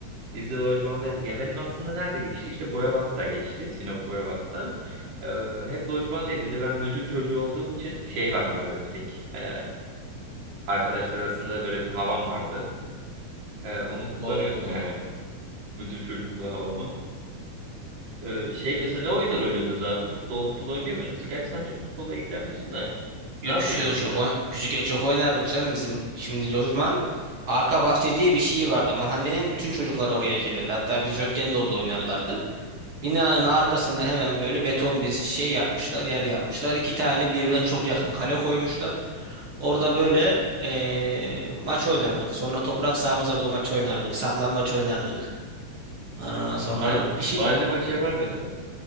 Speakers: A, on the right; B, on the right.
A: Biz de lojmandaydık. Ya benim aslında nerede geçti? İşte Boyabat'ta geçti. Sinop Boyabat'ta. Ee, hep lojmandaydı. Bir de ben müdür çocuğu olduğum için şey vardı böyle bir tek. Ee, arkadaşlar arasında da böyle bir havam vardı. Ee, onu kullanıyordum
B: Allah.
A: yani. Müdür çocukluğu havamı. Ee, şey mesela ne oyunlar oynuyordunuz abi? Futbol mutlu oynuyor muydunuz? Gerçi sen çok futbolla ilgilenmiyorsun da.
B: Yo,
A: Ne yapıyordunuz
B: Küçükken çok
A: mesela
B: oyn-
A: küçük?
B: küçükken çok oynardık canım bizim şimdi lojman arka bahçe diye bir şey vardı. Mahallenin bütün çocuklar oraya gelirdi. Hatta biz yokken de orada oynarlardı. Binanın arkasında hemen böyle beton bir şey yapmışlar, yer yapmışlar. İki tane birbirine çok yakın kale koymuşlar. Orada böyle eee, maç oynardık. Sonra toprak sahamız vardı o maç oynardık. Saklanmaç oynardık. Aa, sonra
A: Mahall-
B: bir şey
A: mahalle maçı yapar mıydınız?